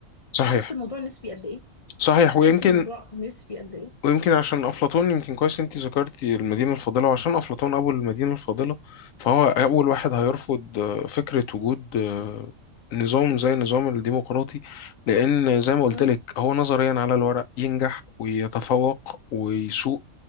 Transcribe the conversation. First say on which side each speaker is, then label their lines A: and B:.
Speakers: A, on the left; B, on the left.
A: صحيح
B: شفت الموضوع نسبي قد إيه
A: صحيح
B: يعني
A: ويمكن
B: شوف الموضوع نسبي قد ايه
A: ويمكن عشان أفلاطون يمكن كويس أنت ذكرتي المدينة الفاضلة وعشان أفلاطون أبو المدينة الفاضلة فهو أول واحد هيرفض آه، فكرة وجود آه، نظام زي النظام الديمقراطي لأن زي ما قلت
B: مم.
A: لك هو نظريا على الورق ينجح ويتفوق ويسوق